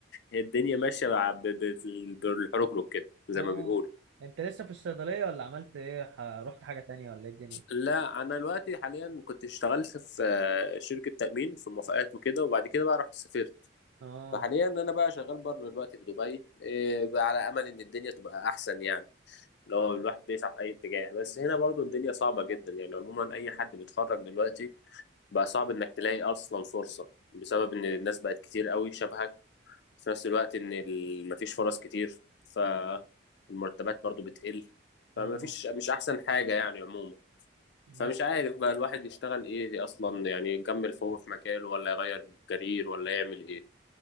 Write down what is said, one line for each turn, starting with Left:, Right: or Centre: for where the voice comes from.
Left: الدنيا ماشيه بع- ب- ب- بالحركرك كده زي
Right: اه
Left: ما بيقولوا
Right: انت لسه في الصيدلية ولا عملت ايه ح- رحت حاجة تانية ولا ايه الدنيا
Left: لا انا دلوقتي حاليا كنت اشتغلت في آه، شركه تامين في موافقات وكده وبعد كده بقى رحت سافرت
Right: اه
Left: فحاليا انا بقى شغال بره دلوقتي في دبي آه، بقى على امل ان الدنيا تبقى احسن يعني لو الواحد بيسعى في اي اتجاه بس هنا برضو الدنيا صعبه جدا يعني عموما اي حد بيتخرج دلوقتي بقى صعب انك تلاقي اصلا فرصه بسبب ان الناس بقت كتير قوي شبهك في نفس الوقت ان ال- مفيش فرص كتير فالمرتبات برضو بتقل
Right: اه
Left: فمفيش مش احسن حاجه يعني عموما فمش
Right: بس
Left: عارف بقى الواحد يشتغل ايه اصلا يعني يكمل فهو في مجاله ولا يغير كارير ولا يعمل ايه